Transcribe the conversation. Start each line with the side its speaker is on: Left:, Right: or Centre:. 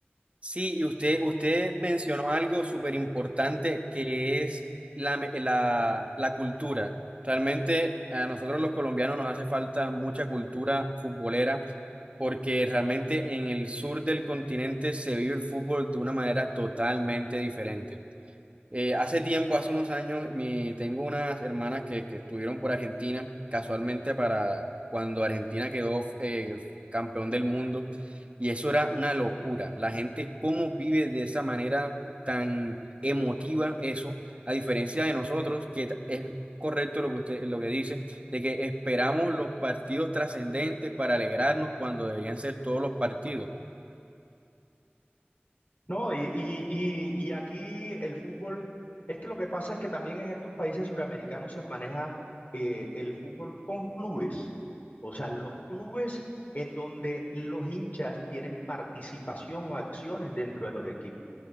Right: Sí, y usted, usted mencionó algo súper importante que es la, me- la- la cultura. Realmente a nosotros los colombianos nos hace falta mucha cultura futbolera porque realmente en el sur del continente se vive el fútbol de una manera totalmente diferente. Eh, hace tiempo, hace unos años, mi, tengo unas hermanas que, que estuvieron por Argentina, casualmente para cuando Argentina quedó eh, campeón del mundo, y eso era una locura. La gente, cómo vive de esa manera tan emotiva eso, a diferencia de nosotros, que t- es correcto lo que usted, lo que dice, de que esperamos los partidos trascendentes para alegrarnos cuando deberían ser todos los partidos.
Left: No, y, y, y, y aquí el fútbol, es que lo que pasa es que también en estos países suramericanos se maneja eh, el fútbol con clubes, o sea, los clubes en donde los hinchas tienen participación o acciones dentro de los equipos.